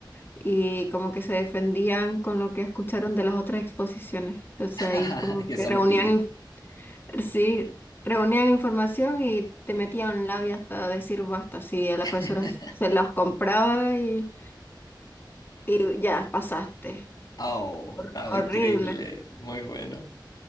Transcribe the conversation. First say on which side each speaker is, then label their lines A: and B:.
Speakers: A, on the left; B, on the left.
A: y como que se defendían con lo que escucharon de las otras exposiciones. Entonces
B: <laughs>
A: ahí como
B: que
A: que
B: son
A: reunían
B: pillos.
A: Sí, reunían información y te metían a un lado y hasta decir basta. Sí, a la
B: <laughs>
A: profesora se los compraba y, y ya pasaste.
B: Oh,
A: Hor-
B: está
A: horrible.
B: increíble, muy bueno.